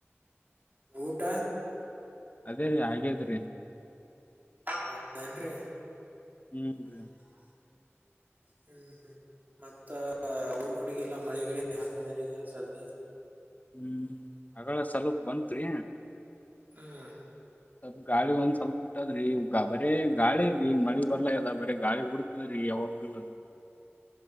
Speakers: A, on the right (about 40°); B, on the left (about 35°).
A: ಊಟ?
B: ಅದೇ ರೀ ಹಾಗೇದ್ರೀ.
A: ಹದ ಏನ್ರಿ
B: ಹ್ಮ್ ರ
A: ಹ್ಮ್ ಹ್ಮ ಮತ್ತ ಊರ್ ಕಡೆಗೆ ಎಲ್ಲ ಮಳೆಗಳ ಹಂಗ ಅಂದ್ರ ಈಗ ಸದ
B: ಹ್ಮ್ ಹಾಗಗಳ ಸ್ಲಪ ಬತ್ರಿ
A: ಹ್ಮ್
B: ಸ್ವಲ್ಪ್ ಗಾಳಿ ಒಂದ್ ಸ್ವಲ್ಪ ಬಿಟ್ಟದ್ರಿ ಬರೇ ಗಾಳಿ ರೀ ಮಳಿ ಬರ್ಲಾ ಇದ ಬರ ಗಾಳಿ ಹುಡ್ ಸರಿ ಅವಾಗಲ್ಲ